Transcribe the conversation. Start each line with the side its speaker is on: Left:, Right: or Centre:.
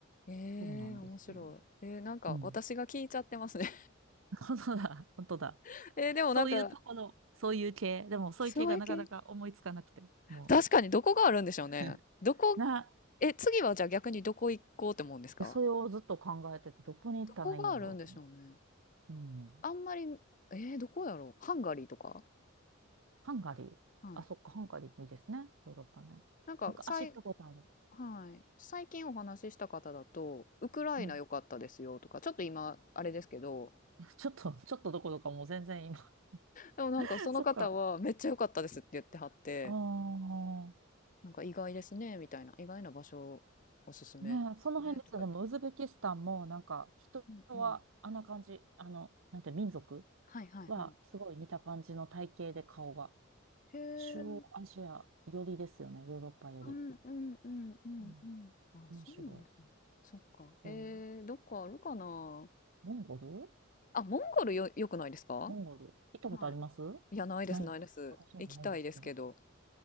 Left: ええ、
Right: そうなんですよ。
Left: 面白い。えーなんか私が聞いちゃってますね。
Right: うん。<laughs> 本当だ、本当だ。
Left: <laughs> えーでもなんか、
Right: そういうところ、そういう系。でも、そういう系がなかなか思いつかなくて、
Left: そういうけ
Right: も
Left: 確かにどこがあるんでしょうね。
Right: う。
Left: どこ
Right: <laughs> な、
Left: え、次はじゃあ逆にどこ行こうって思うんですか？
Right: でそれをずっと考えてて、どこに行ったらいいんやろうと思
Left: どこがあるんでしょうね。
Right: う。うん。
Left: あんまり、えーどこやろう。ハンガリーとか？
Right: ハンガリー。
Left: はい。
Right: あ、そっか、ハンガリーもいいですね。ヨーロッパね。
Left: なんかさい
Right: 昔行ったことある。
Left: はい。最近お話しした方だと、ウクライナ良かったですよとか、
Right: うん。
Left: ちょっと今、あれですけど、
Right: <laughs> ちょっと、ちょっとどころかもう全然今。
Left: でもなんかその方はめっちゃ良かったですって言ってはって、
Right: <laughs> そっか。ああ。
Left: なんか意外ですね、みたいな、意外な場所おすすめですね、
Right: ねえ、その辺ですよ。
Left: とかって。
Right: でも、ウズベキスタンも、なんか、人は、
Left: うんうん。
Right: あんな感じ、あの、なんて、民族
Left: はいはいはい。
Right: は、すごい似た感じの体型で顔が。
Left: へえ。
Right: 中央アジア寄りですよね、ヨーロッパより。
Left: うんうんうんうんうん。
Right: うん、
Left: あ、
Right: 面白
Left: そうなんですね。そっか。えー、
Right: い。うん、
Left: どっかあるかな。
Right: モンゴル
Left: あ、モンゴルよ、良くないですか
Right: モンゴル行ったことあります
Left: はい。いや、ないです、
Right: ない。
Left: ないです。
Right: 私もないんですけど。
Left: 行きたいですけど。